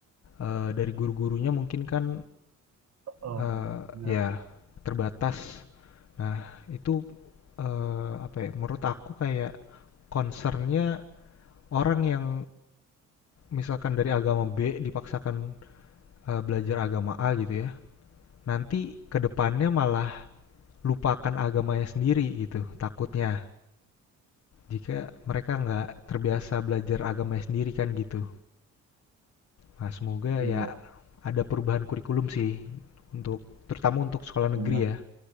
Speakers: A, on the left (about 55°); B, on the right (about 60°).
A: eh, dari guru-gurunya mungkin kan
B: Heeh,
A: eh,
B: benar.
A: ya terbatas. Nah, itu eh, apa ya? Menurut aku kayak concernnya orang yang misalkan dari agama B dipaksakan eh, belajar agama A gitu ya. Nanti kedepannya malah lupakan agamanya sendiri gitu, takutnya. Jika mereka nggak terbiasa belajar agamanya sendiri kan gitu. Nah, semoga
B: Iya,
A: ya ada perubahan kurikulum sih untuk terutama untuk sekolah
B: benar.
A: negeri ya.